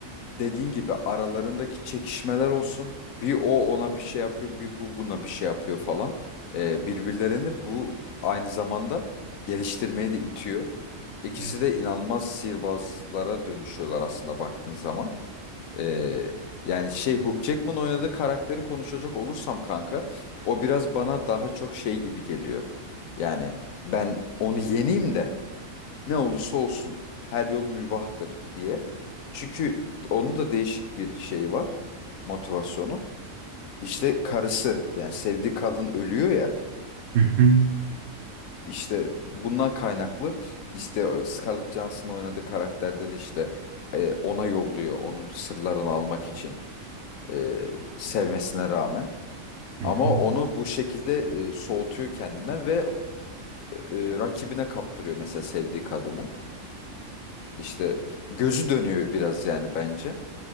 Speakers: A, on the left; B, on the right.
A: dediğin gibi aralarındaki çekişmeler olsun. Bir o ona bir şey yapıyor, bir bu buna bir şey yapıyor falan. Ee, birbirlerini bu aynı zamanda geliştirmeye de itiyor. İkisi
B: Evet.
A: de inanılmaz sihirbazlara dönüşüyorlar aslında baktığın zaman. Ee, yani şey Hugh Jackman oynadığı karakteri konuşacak olursam kanka o biraz bana daha çok şey gibi geliyor. Yani ben onu yeneyim de ne olursa olsun her yol mübahtır diye. Çünkü onun da değişik bir şeyi var motivasyonu. İşte karısı yani sevdiği kadın ölüyor ya
B: Hı hı.
A: işte bundan kaynaklı işte o Scarlett Johansson oynadığı karakterde de işte e, ona yolluyor onun sırlarını almak için e, sevmesine rağmen.
B: Hı
A: Ama
B: hı.
A: onu bu şekilde e, soğutuyor kendine ve e, rakibine kaptırıyor mesela sevdiği kadını. İşte gözü dönüyor biraz yani bence.